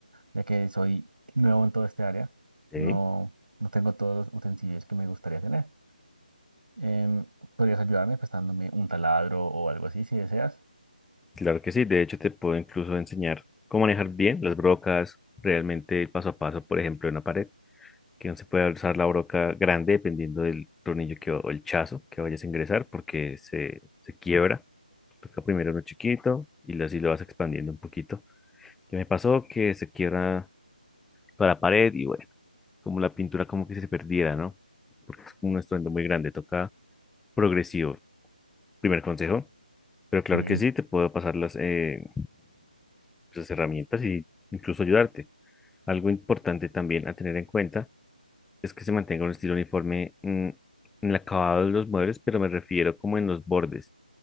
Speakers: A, on the right; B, in the centre.
A: ya que soy nuevo en todo este área.
B: ok.
A: No, no tengo todos los utensilios que me gustaría tener. Em, ¿podrías ayudarme prestándome un taladro o algo así si deseas?
B: Claro que sí, de hecho te puedo incluso enseñar cómo manejar bien las brocas, realmente paso a paso, por ejemplo, en una pared, que no se puede usar la broca grande dependiendo del tornillo que, o el chazo que vayas a ingresar porque se, se quiebra. Toca primero uno chiquito y lo- así lo vas expandiendo un poquito. Ya me pasó que se quiebra toda la pared y bueno, como la pintura como que se perdiera, ¿no? Porque es un estruendo muy grande, toca progresivo. Primer consejo Pero claro
A: Sí.
B: que sí, te puedo pasar las, eh, las herramientas y incluso ayudarte. Algo importante también a tener en cuenta es que se mantenga un estilo uniforme mm, en el acabado de los muebles, pero me refiero como en los bordes.